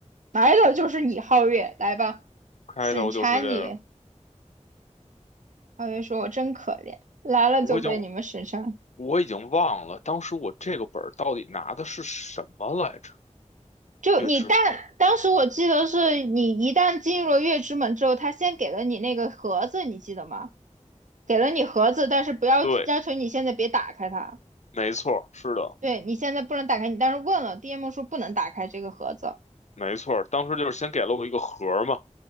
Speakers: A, on the right (about 80°); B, on the left (about 70°).
A: 来了就是你皓月，来吧，
B: 开头就是这个，
A: 审查你。皓月说：“我真可怜，来了就被你们审查。”
B: 我已经我已经忘了当时我这个本儿到底拿的是什么来着？
A: 就你但当时我记得是你一旦进入了月之门之后，
B: 月之门
A: 他先给了你那个盒子，你记得吗？给了你盒子，但是不要要求你现在别打开它。
B: 对，没错儿，是的，
A: 对，你现在不能打开，你当时问了，DM 说不能打开这个盒子。
B: 没错儿，当时就是先给了我一个盒儿嘛，